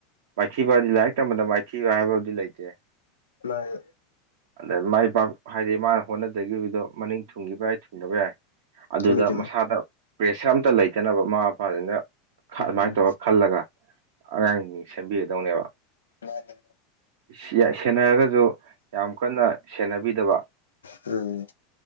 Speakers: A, on the right; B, on the left.
A: ꯃꯥꯏꯊꯤꯕ ꯂꯥꯏꯔꯤꯛ ꯇꯝꯕꯗ ꯃꯥꯏꯊꯤꯕ ꯍꯥꯏꯕꯗꯤ ꯂꯩꯇꯦ
B: ꯅꯥꯏꯜ
A: ꯑꯗ ꯃꯥꯏ ꯄꯥꯛ ꯍꯥꯏꯗꯤ ꯃꯥꯅ ꯍꯣꯠꯅꯖꯈꯤꯕꯗꯣ ꯃꯅꯤꯡ ꯊꯨꯡꯈꯤꯕ ꯌꯥꯏ ꯊꯨꯡꯗꯕ ꯌꯥꯏ ꯑꯗꯨꯗ
B: ꯆꯨꯝꯃꯤ ꯆꯨꯝꯃꯤ
A: ꯃꯁꯥꯗ ꯄ꯭ꯔꯦꯁꯔ ꯑꯃꯝꯇ ꯂꯩꯇꯅꯕ ꯃꯃꯥ ꯃꯄꯥꯖꯤꯡꯗ
B: ꯎꯝ
A: ꯃꯥꯏꯅ ꯇꯧꯔ ꯈꯜꯂꯒ ꯑꯉꯥꯡꯖꯤꯡꯖꯤ ꯁꯦꯝꯕꯤꯒꯗꯧꯅꯦꯕ
B: ꯃꯥꯅꯤ
A: ꯁꯤꯌꯥ ꯁꯦꯟꯅꯔꯒꯖꯨ ꯌꯥꯝ ꯀꯟꯅ ꯁꯦꯟꯅꯕꯤꯗꯕ
B: ꯑꯗꯨꯅꯤ